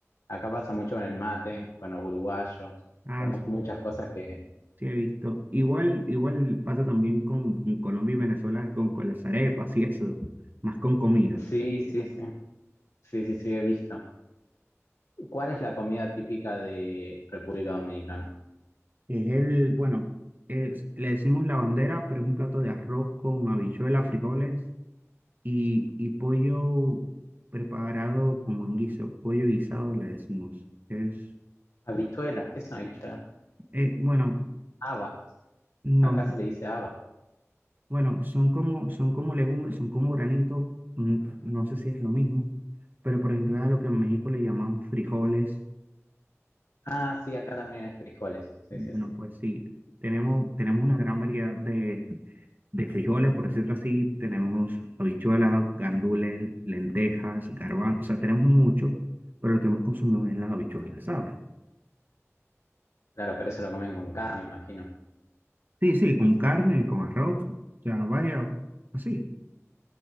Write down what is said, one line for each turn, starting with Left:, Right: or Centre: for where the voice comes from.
Left: acá pasa mucho con el mate, con los uruguayos,
Right: Ah,
Left: con
Right: sí,
Left: muchas cosas que...
Right: sí he visto. Igual, igual pasa también con, con Colombia y Venezuela, con, con las arepas y eso, más con comida.
Left: Sí, sí, sí, sí, sí, sí, he visto. ¿Cuál es la comida típica de República Dominicana?
Right: Es el, bueno, es- le decimos la bandera, pero es un plato de arroz con habichuelas, frijoles y, y pollo preparado como en guiso, pollo guisado le decimos. Es,
Left: Habichuelas, ¿qué son habichuelas?
Right: eh, bueno.
Left: Habas,
Right: No,
Left: acá se le dice habas.
Right: Bueno, son como, son como legumbres, son como granitos mm, no sé si es lo mismo, pero por ejemplo es a lo que en México le llaman frijoles.
Left: Ah, sí, acá también hay frijoles, sí,
Right: Bueno,
Left: sí, sí.
Right: pues sí, tenemos, tenemos una gran variedad de, de frijoles, por decirlo así, tenemos habichuelas, gandules, lentejas, garbanzos, o sea, tenemos mucho, pero lo que más consumimos es las habichuelas, ¿sabes?
Left: Claro, pero eso lo comen con carne, imagino.
Right: Sí, sí, con carne, con arroz, o sea, varias, así.